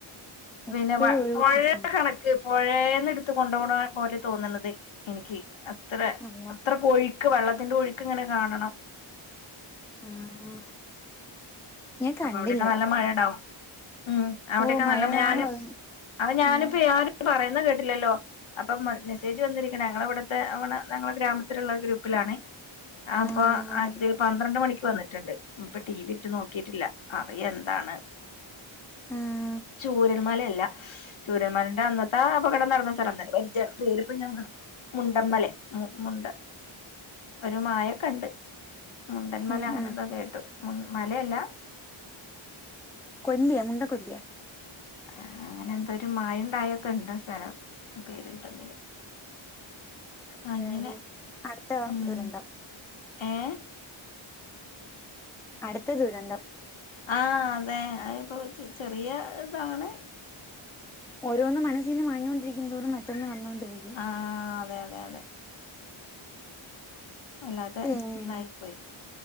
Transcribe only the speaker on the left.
പിന്നെ വ
മഴേ
കണക്ക് പൊഴേന്ന് ഇട്ത്ത് കൊണ്ടുപോണ പോലെ തോന്ന്ണത് എനിക്ക് അത്ര
അത്രക്ക് ഒഴ് ക്ക് വള്ളത്തിന്റെ ഒഴുക്ക് ഇങ്ങെനെ കാണണം
അപ്പ അവടെക്കെ നല്ല മഴ ഇണ്ടാവും ഉം അവിടെക്കെ
നല്ല
ഞാൻ
അത് ഞാന്
പ്പെ ആര് പറയുന്ന കേട്ടില്ലല്ലോ അപ്പൊ മ മെസേജ് വന്നിരിക്ക്ണ ഞങ്ങള ഇവ്ട്ത്തെ അവട ഞങ്ങളെ ഗ്രാമത്തില്ള്ള ഗ്രൂപ്പിലാണ് ആപ്പോ
അതി പന്ത്രണ്ട് മണിക്ക് വന്ന്ട്ട്ണ്ട് ഇപ്പ ടി വി ഇട്ട് നോക്കിട്ടില്ല അറിയ എന്താണ്
ചൂരൽ മലല്ല ചൂരൽ മലന്റെ അന്നത്തെ ആ അപകടം നടന്ന സ്ഥലം തന്നേ പേരിപ്പ ഞാ മറന്നു മുണ്ടമ്മലെ മു മുണ്ട ഒരു മായൊക്ക ണ്ട് മുണ്ടൻമല
അങ്ങനെന്തോ
കേട്ടും മു മലയല്ലാ
ആഹ് അങ്ങനെന്തോ ഒരു മായും ണ്ടായൊക്കെണ്ട് ആസ്ഥലം പേര് കിട്ടുന്നില്ല
അങ്ങനെ
ഉം
ഏഹ്
ആഹ് അതെ അഅ് ഇപ്പോ ചെ ചെറിയതാണ്
ആഹ് അതെ അതെ അതെ വല്ലാതെ
ഇതായി പോയി